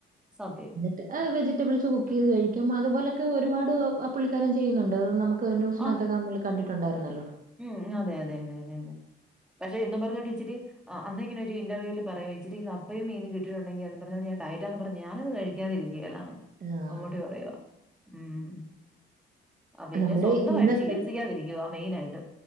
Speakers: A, in the centre; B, on the right.
A: സത്യം
B: അ വെജിറ്റബിൾസ് കുക്ക് ചെയ്ത് കഴിക്കും അതുപോലൊക്കെ ഒരുപാട് പുള്ളിക്കാരൻ ചെയ്യുന്നുണ്ട് നമുക്ക് ന്യുസിനകത്തൊക്കെ
A: ആ
B: നമ്മൾ കണ്ടിട്ടുണ്ടായിരുന്നല്ലോ
A: ഉം അതെ അതെ അതെ അതെ അതെ പക്ഷെ ഇതും പറഞ്ഞോണ്ട് ഇച്ചിരി ആഹ് അന്നിങ്ങനെ ഒരു ഇന്റർവ്യൂവിൽ പറയും ഇച്ചിരി കപ്പയും മീനും കിട്ടിട്ടുണ്ടങ്കിൽ അതും പറഞ്ഞോണ്ട് ഞാൻ ടയറ്റാ പറഞ് ഞാനത് കഴി ഴിക്കാതിരിക്കുകല്ലാന്നു
B: ആഹ്
A: അമ്മുട്ടി പറയുവ ഉം ഉം ആ പിന്നെ
B: നമ്മുടെ
A: സ്വന്തമായിട്ട്
B: ഇന്നത്തെ
A: ചികിത്സിക്കാതിരിക്കുവ മെയിനായിട്ട്